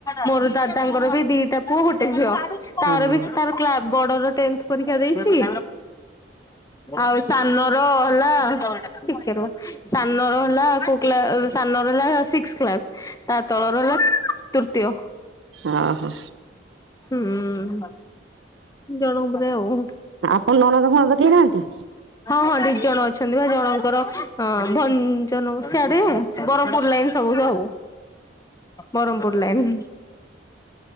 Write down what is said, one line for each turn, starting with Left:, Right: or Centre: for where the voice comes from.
Left: ମୋର ଦାଦାଙ୍କର ବି ଦିଟା ପୁଅ ଗୋଟେ ଝିଅ ତାର
Right: ହଁ
Left: ବି ତାର ବଡର ଟେନ୍ଥ ପରୀକ୍ଷା ଦେଇଛି। ଆଉ ସାନର ହେଲା ଟିକେ ରୁହ। ସାନର ହେଲା କୋକ ସାନ ର ହେଲା ସିକ୍ସ କ୍ଲାସ ତା ତଳର ହେଲା ତୃତୀୟ,
Right: ଓହୋ।
Left: ହୁଁ ଜଣ ବଧେ ଆଉ।
Right: ଆପ ନଣଦ ଫଣଦ କେହି ନାହାନ୍ତି।
Left: ହଁ ହଁ ଦି ଜଣ ଅଛନ୍ତି ବା ଜଣଙ୍କର ହଁ। ଭଞ୍ଜନ ସଆଡେ ବରପୁର ଲାଇନ ସବୁ ଆଉ, ବରମପୁର ଲାଇନ,